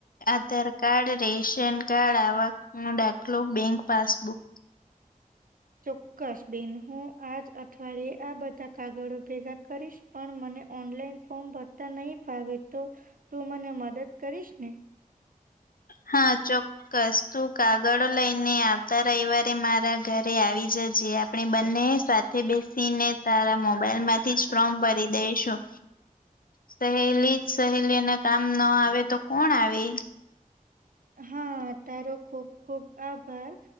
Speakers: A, on the left; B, on the right.
A: આધાર કાર્ડ રેશન કાર્ડ આક ન દાખલો બેંક પાસબુક
B: ચોક્કસ બેન હું આજ અઠવાડિયે આ બધા કાગળો ભેગા કરીશ પણ મને ઓનલાઈન ફોર્મ ભરતા નહીિ ફાવે તો તું મને મદદ કરીશ ને
A: હ હા ચોક્કસ તું કાગળો લઈને આવતા રવિવારે મારા ઘરે આવી જજે આપણે બંને સાથે બેસીને તારા મોબાઈલ માંથી જ ફોમ ભરી દઈશું સહેલી જ સહેલીને કામ ના આવે તો કોણ આવે
B: હા તારો ખુબ ખુબ આભાર